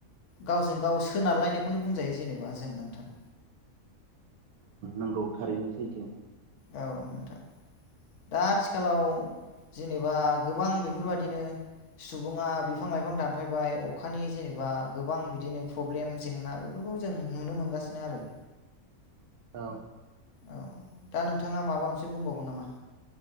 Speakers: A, on the left; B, on the right.
A: गावजों गाव सोनारलायनायखौनो बुंजायो जेनेबा जों नोंथां।
B: नंगौ थारैनो सैथो
A: औ नोंथां दा आथिखालाव जेनेबा गोबां बेफोरबायाददिनो सुबुङा बिफां लाइफां दानफायबाय अखानि जेनेबा गोबां बिदिनो प्रब्लेम जेंना बे खौ जों नुनो मोनगासिनो आरो
B: औ
A: औ दा नोंथाङा माबा मोनसे बुंबावगोन नामा?